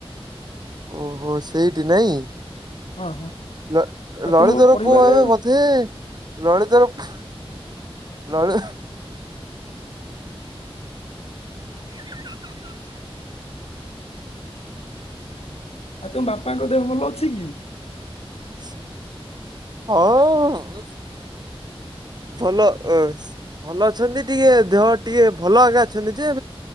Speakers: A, on the right (about 45°); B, on the left (about 90°).
A: ଓହୋ ସେଇଠି ନାଇଁ
B: ହଁ ହଁ
A: ଲ
B: ଆଉ
A: ଲଳିତର
B: ତୁମ ପରିବାରରେ
A: ପୁଅ ଏବେ ବ ତେ ଲଳିତର ପୁ ଲଳିତ <inaudible>
B: ଆଉ ତମ ବାପାଙ୍କ ଦେହ ଭଲ ଅଛି କି।
A: ହଁ। ଭଲ ଅ ଭଲ ଅଛନ୍ତି ଟିକେ ଦେହ ଟିକେ ଭଲ ଆଜ୍ଞା ଅଛନ୍ତି ଯେ